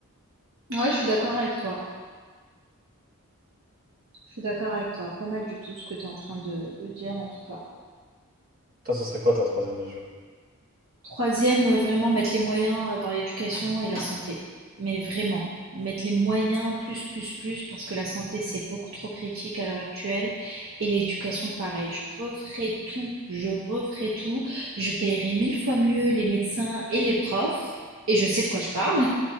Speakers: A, on the right; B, on the right.
A: Ouais, je suis d'accord avec toi. Je suis d'accord avec toi. Pas mal du tout ce que tu es en train de, de dire en tout cas.
B: Toi, ce serait quoi ta troisième mesure?
A: Troisième, euh, vraiment mettre les moyens euh, dans l'éducation et la santé. Mais vraiment, mettre les moyens plus, plus, plus, parce que la santé, c'est beaucoup trop critique à l'heure actuelle. Et l'éducation, pareil. Je referai tout. Je referai tout. Je paierai mille fois mieux les médecins et les profs. Et je sais de quoi je parle.